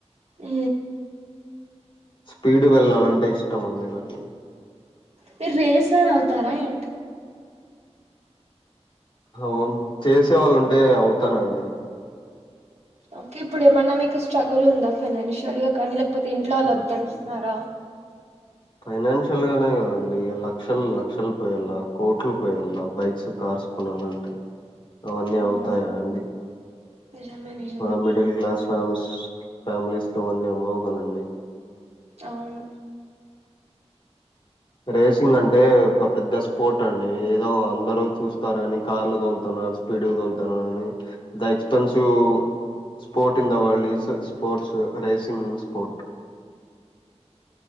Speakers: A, on the right; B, on the left.
A: ఉ
B: స్పీడు వెళ్లాలంటే ఇష్టం అండి నాకు
A: మీరు రేసర్ అవుతారా ఏంటి
B: అవొమ్ చేసే వాళ్ళు ఉంటే అవుతానండి
A: ఓకే ఇప్పుడు ఏమన్నా మీకు స్ట్రగులు ఉందా ఫైనాన్షియల్ గాని లైక్ కాకపోతే ఇంట్లో వాళ్ళు వద్దనుంటున్నారా
B: ఉమ్, ఫైనాన్షియల్ గానే కదండి ఇ లక్షలు లక్షలు పోయేలా కోట్లు పోయేల్లా బైక్స్ కార్స్ కొనాలన్ నంటే అవన్నీ
A: మ్,
B: అవుతాయా అండి
A: నిజమే నిజమే
B: మన మిడిల్ క్లాస్ ఫ్యామిలీస్ ఫ్యామిలీస్కి ఇవన్నీ అవ్వవు కదండి.
A: అవును
B: రేసింగ్ అంటే ఒక పెద్ద స్పోట్ అండి ఏదో అందరు చూస్తారు కాని కార్లు కొంటాన్నారు. స్పీ స్పీడుగా తోలుతున్నాడని the expensive sport in the world is స్ స్పపోర్ట్స్ రేసింగ్ స్పోర్టు. <inaudible>